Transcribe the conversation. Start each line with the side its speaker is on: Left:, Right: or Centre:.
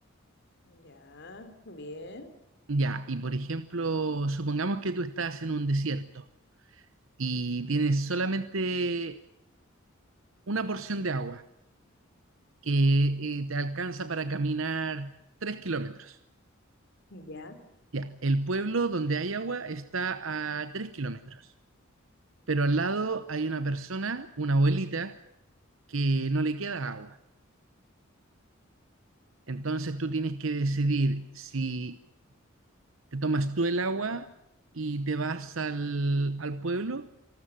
Left: Ya, bien.
Right: Ya, y por ejemplo, supongamos que tú estás en un desierto y tienes solamente una porción de agua que eh, te alcanza para caminar tres kilómetros.
Left: Ya.
Right: Ya, el pueblo donde hay agua está a tres kilómetros. pero al lado hay una persona, una abuelita, que no le queda agua. Entonces tú tienes que decidir si te tomas tú el agua y te vas al, al pueblo